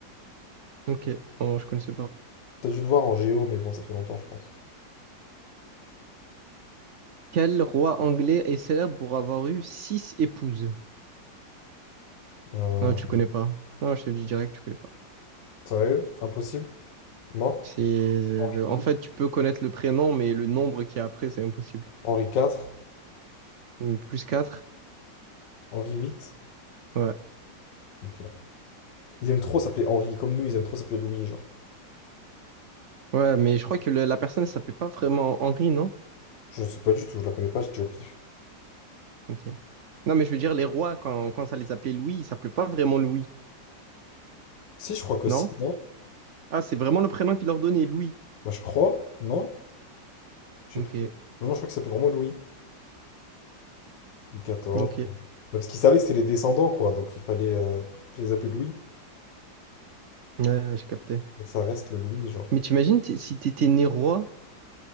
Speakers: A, on the right; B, on the left.
A: Ok, bon, je connaissais pas.
B: T'as dû le voir en géo, mais bon, ça fait longtemps, je pense.
A: Quel roi anglais est célèbre pour avoir eu six épouses?
B: Euh,
A: Non, tu connais pas. Non, je te le dis direct, tu connais pas.
B: Sérieux? Impossible? Mort?
A: C'est, euh,
B: Henri II?
A: en fait, tu peux connaître le prénom, mais le nombre qui est après, c'est impossible.
B: Henri IV?
A: Donc, Plus 4.
B: Henri VIII?
A: Ouais.
B: Ok. Ils aiment trop s'appeler Henri, comme nous, ils aiment trop s'appeler Louis, genre.
A: Ouais, mais je crois que le- la personne ne s'appelait pas vraiment Henri, non?
B: Je sais pas du tout, je la connais pas, je dis au pif.
A: Ok. Non, mais je veux dire, les rois, quand, quand ça les appelait Louis, ils s'appelaient pas vraiment Louis,
B: Si, je crois que
A: non?
B: si, non?
A: Ah, c'est vraiment le prénom qu'ils leur donnait, Louis.
B: Bah, je crois, non? Je sais
A: Ok.
B: plus. Non, non, je crois que ça s'appelle vraiment Louis. Louis XIV,
A: Ok.
B: Bah, Parce qu'ils savaient que c'était les descendants, quoi. Donc il fallait euh, les appeler Louis.
A: Ouais, j'ai capté.
B: Donc ça reste le Louis, genre.
A: Mais t'imagines, t- si t'étais né roi,